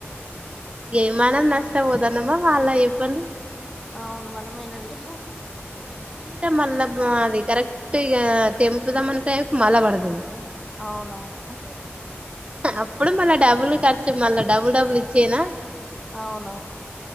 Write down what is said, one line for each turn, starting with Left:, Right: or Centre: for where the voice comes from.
Right: ఏయ మనం
Centre: అన్
Right: నష్ట పోతనమ్మా వాళ్ళ చెప్పండి
Centre: అవును మనమేనండి
Right: తీర మళ్ళా అది కరెక్ట్ ఇక తెంపుదా మనుకుంటే మళ్ పడతది
Centre: అవునవును
Right: అప్పుడు మళ్ళా డబుల్ ఖర్చు మళ్ళా డబుల్ డబుల్ ఇచ్చేనా
Centre: అవునవును